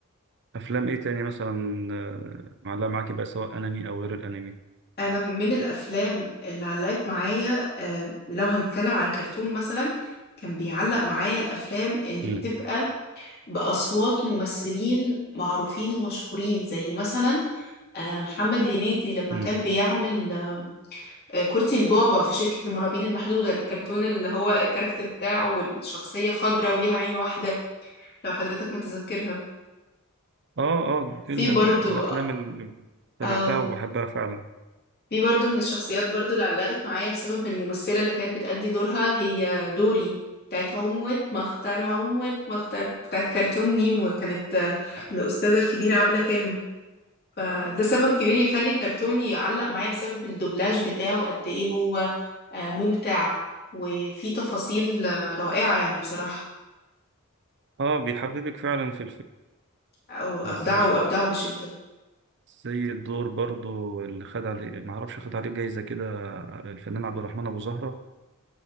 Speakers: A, on the right (about 55°); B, on the left (about 45°).
A: أفلام إيه تاني مثلا آه، معلقة معاكي بقى سواء أنمي أو غير الأنمي
B: أنا من الأفلام اللي علقت معايا آه، لو هنتكلم على الكرتون مثلا كان بيعلق معايا الأفلام اللي
A: مم.
B: بتبقى بأصوات ممثلين معروفين ومشهورين زي مثلا آه، محمد هنيدي لما
A: مم.
B: كان بيعمل آه، كورتي البابا في شركة المرعبين المحدودة الكرتون اللي هو الكاركتر بتاعه والشخصية خضراء وليها عين واحدة لو حضرتك متذكرها
A: آه آه فيلم
B: في برضو
A: من الأفلام اللي تابعتها
B: اه
A: وبحبها فعلا
B: دي برضو من الشخصيات برضو اللي علقت معايا بسبب الممثلة اللي كانت بتأدي دورها هي دوري بتاعت عموة مختار عموة مختار بتاعت كرتون نيمو كانت آه، الأستاذة الكبيرة عبلة كامل فده سبب كبير يخلي كرتوني يعلق معايا بسبب الدوبلاج بتاعه قد ايه هو آه، ممتع وفيه تفاصيل آه، رائعة يعني بصراحة
A: آه بيحببك فعلا في
B: أو-
A: الفيلم
B: أبدعه أبدعه بشدة
A: زي الدور برضو اللي خد عليه ما اعرفش خد عليه جايزة كده الفنان عبد الرحمن ابو زهرة